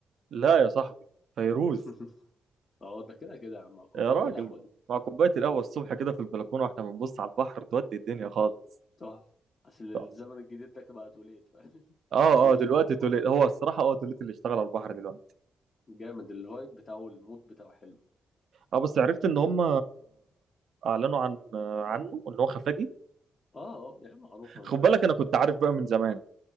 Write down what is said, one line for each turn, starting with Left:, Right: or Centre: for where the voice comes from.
Right: لا يا صاحبي فيروز
Left: <laughs> اه ده كده كده يا عم مع كوباية
Right: يا راجل
Left: القهوة دي
Right: مع كوبايه القهوه الصبح كده في البلكونه واحنا بنبص على البحر تودي الدنيا خالص
Left: تحفة أصل الزمن
Right: طب.
Left: الجديد ده بقى توليد فاهم <laughs>
Right: اه
Left: هو اللي
Right: اه
Left: بيشتغل
Right: دلوقتي
Left: على
Right: توليت
Left: بعض
Right: هو الصراحه اه توليت اللي اشتغل على البحر دلوقتي
Left: جامد الفايب بتاعه المود بتاعه حلو
Right: اه بس عرفت ان هم اعلنوا عن عنه ان هو خفاجي
Left: اه اه يا عم معروفة
Right: خد
Left: من بدري
Right: بالك انا كنت عارف بقى من زمان